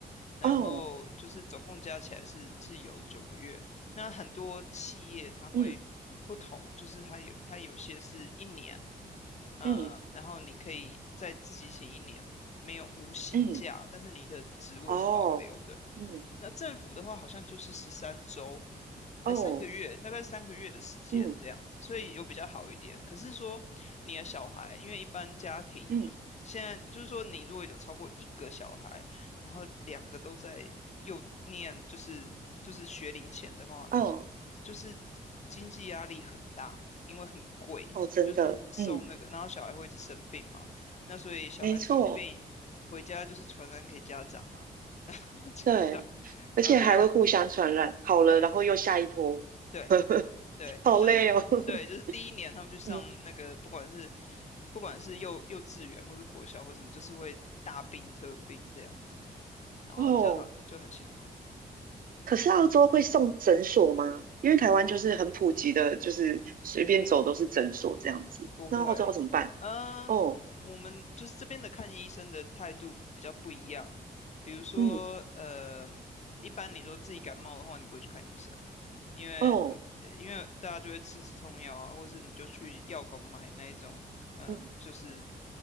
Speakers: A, on the left; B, on the right.
A: 然后就是总共加起来是是有九个月，
B: 嗯，哦
A: 那很多企业它会不同，
B: 嗯
A: 就是它有它有些是一年，呃，
B: 嗯
A: 然后你可以再自己请一年，没有无薪假，
B: 嗯，
A: 但是你的职位是保留的。
B: 哦嗯
A: 那政府的话，好像就是十三周，还三个月，
B: 哦
A: 大概三个月的时间这样子，
B: 嗯
A: 所以有比较好一点。可是说你的小孩，因为一般家庭现在就是说，
B: 嗯
A: 你如果有超过一个小孩，然后两个都在又念就是就是学龄前的话，
B: 哦嗯嗯
A: 就是经济压力很大，因为很贵，
B: 哦，真的，
A: 就是送那个，
B: 嗯，
A: 然后小孩会一直生病嘛，那所以小孩生病回家就是传染给家长啊，
B: 没错，
A: <laughs> 然后家长，
B: 对，而且还会互相传染，
A: 然后就
B: 好了，
A: 对
B: 然后又下一波，
A: 对
B: <laughs> <laughs>
A: 对，
B: 好累哦。
A: 就是对，
B: <laughs>
A: 就是第一年他们去上那个，
B: 嗯，
A: 不管是不管是幼幼稚园或者国小或什么，就是会大病特病这样子，然后家长就很辛苦。
B: 哦，可是澳洲会送诊所吗？因为台湾就是很普及的，就是随便走都是诊所这样子。
A: 不会，
B: 那澳洲要怎么办？
A: 嗯，
B: 哦，
A: 我们就是这边的看医生的态度比较不一样。比如说，
B: 嗯，
A: 呃，一般你说自己感冒的话，你不会去看医生，因为比因为大家就会吃止痛药啊，
B: 哦，
A: 或是你就去药房买那一种，嗯，
B: 嗯
A: 就是